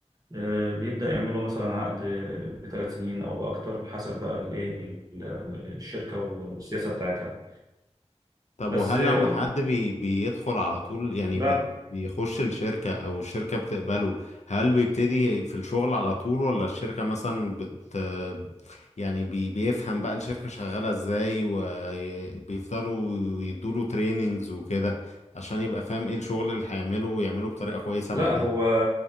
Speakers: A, on the right (about 30°); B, on the left (about 80°).
A: آه، بيبدأ يعملوا مثلا عقد بثلاث سنين أو بأكتر حسب بقى الإيه ال- الشركة والسياسة بتاعتها
B: طب
A: بس
B: وهل
A: آه،
B: لما حد بي بيدخل على طول يعني
A: بعد
B: بي بيخش الشركة أو الشركة بتقبله هل بيبتدي في الشغل على طول ولا الشركة مثلا بت يعني بي بيفهم بقى الشركة شغالة ازاي وبيفضلوا يدوله تريننجز وكده عشان يبقى فاهم ايه الشغل اللي هيعمله ويعمله بطريقة كويسة
A: لا
B: بعدين
A: هو